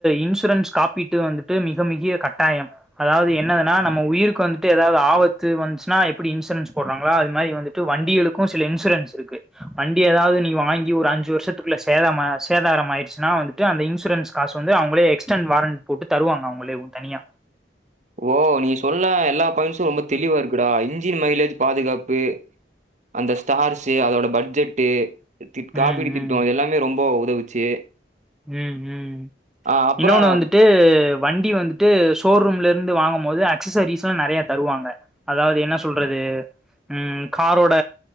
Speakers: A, in the centre; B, on the right.
A: இன்சூரன்ஸ் காப்பீட்டு வந்துட்டு மிக மிக கட்டாயம் அதாவது என்னதுன்னா நம்ம உயிருக்கு வந்துட்டு ஏதாவது ஆபத்து வந்துச்சுன்னா எப்படி இன்சூரன்ஸ் போடுறாங்களா அது மாதிரி வந்து வண்டிகளுக்கும் சில இன்சூரன்ஸ் இருக்கு வண்டி ஏதாவது நீ வாங்கி ஒரு அஞ்சு வருஷத்துக்குள்ள சேத சேதார ஆயிடுச்சு னா வந்துட்டு அந்த இன்சூரன்ஸ் காசு வந்து அவங்களே எக்ஸ்டன் வாரண்ட் போட்டு தருவாங்க அவங்கலேவும் தனியா
B: ஓ நீ சொன்ன எல்லா பாயிண்ட்ஸும் ரொம்ப தெளிவா இருக்குடா இன்ஜின் மைலேஜ் பாதுகாப்பு அந்த ஸ்டார்ஸு அதோட பட்ஜெட்டு தி காப்பீடு
A: ம்
B: திட்டம்
A: ம்
B: எல்லாமே ரொம்ப உதவுச்சு
A: உம் உம்
B: அ அப்புறம்
A: இன்னொன்னு வந்துட் ட்டு வண்டி வந்துட்டு ஷோரூம்ல இருந்து வாங்கும் போது அக்சசரிஸ்ல்லா நெறைய தருவாங்க அதாவது என்ன சொல்றது உம் காரோட